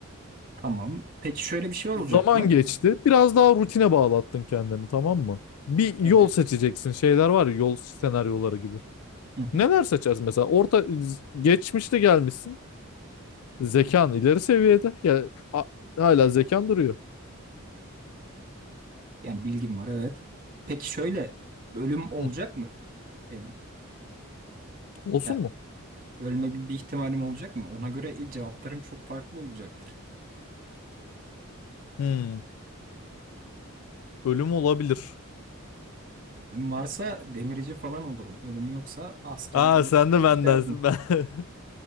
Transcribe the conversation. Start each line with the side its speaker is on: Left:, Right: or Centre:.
Right: Tamam. Peki şöyle bir şey olacak
Left: Zaman
Right: mı?
Left: geçti. Biraz daha rutine bağlattın kendini tamam mı? Bir yol
Right: Evet.
Left: seçeceksin. Şeyler var ya yol senaryoları gibi.
Right: Hı hı.
Left: Neler seçeriz mesela? Orta geçmişte gelmişsin. Zekan ileri seviyede. Ya a- hala zekan duruyor.
Right: Yani bilgim var evet. Peki şöyle ölüm olacak
Left: Hı.
Right: mı benim?
Left: Olsun
Right: Ya
Left: mu?
Right: ölme gibi bir ihtimalim olacak mı? Ona göre cevaplarım çok farklı olacaktır.
Left: Hmm. Ölüm olabilir.
Right: Ölüm varsa demirci falan olurum. Ölüm yoksa askerliğe
Left: Aa sen
Right: doğru
Left: de benden.
Right: giderdim.
Left: Ben... <laughs>